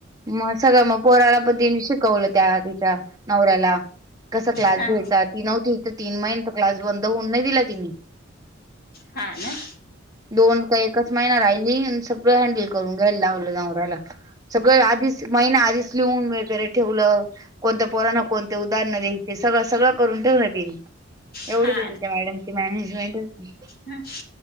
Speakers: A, on the right; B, on the left.
A: मग सगळं मग पोराला पण तिने शिकवलं... त्या तिच्या नवऱ्याला कसा क्लास...
B: हा
A: <unintelligible> ती नव्हती इथं तीन महिने, तर क्लास बंद होऊ नाई दिला तिनी
B: हा ना
A: दोन का एकच महिना राहिली, आणि सगळं हँडल करून घ्यायला लावलं नवऱ्याला <unintelligible> सगळं आधीच... महिना आधीच लिहून वगैरे ठेवलं... कोणत्या पोरांना, कोणती उदाहरणं द्यायची ते सगळं सगळं करून ठेवलं तिनी... एवढी
B: हा
A: तिची त्या मॅडमची मॅनेजमेंट होती
B: हा...